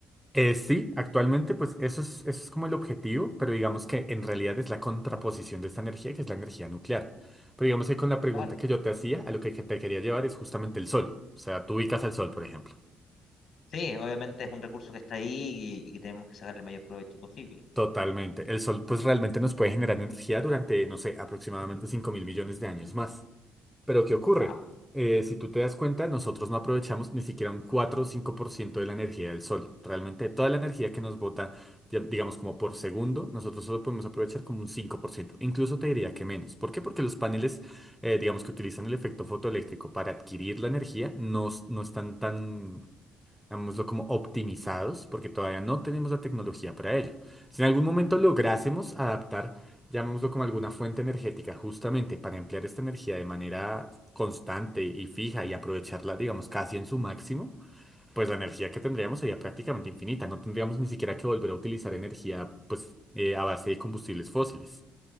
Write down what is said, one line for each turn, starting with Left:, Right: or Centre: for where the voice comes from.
Centre: Eh, sí, actualmente, pues eso es, eso es como el objetivo, pero digamos que en realidad es la contraposición de esta energía, que es la energía nuclear. Pero digamos que con la pregunta
Left: Claro.
Centre: que yo te hacía, a lo que te quería llevar es justamente el sol. O sea, tú ubicas al sol, por ejemplo.
Left: Sí, obviamente es un recurso que está ahí y, y que tenemos que sacarle el mayor provecho posible.
Centre: Totalmente. El sol, pues realmente nos puede generar energía durante, no sé, aproximadamente cinco mil millones de años más. Pero ¿qué ocurre?
Left: Wow,
Centre: Eh, si tú te das cuenta, nosotros no aprovechamos ni siquiera un 4 o 5% de la energía del sol. Realmente toda la energía que nos bota, di- digamos como por segundo, nosotros solo podemos aprovechar como un cinco por ciento Incluso te diría que menos. ¿Por qué? Porque los paneles, eh, digamos que utilizan el efecto fotoeléctrico para adquirir la energía, no, s- no están tan, digámoslo como optimizados, porque todavía no tenemos la tecnología para ello. Si en algún momento lográsemos adaptar, llamémoslo como alguna fuente energética, justamente para emplear esta energía de manera constante y fija y aprovecharla, digamos, casi en su máximo, pues la energía que tendríamos sería prácticamente infinita. No tendríamos ni siquiera que volver a utilizar energía, pues, eh, a base de combustibles fósiles.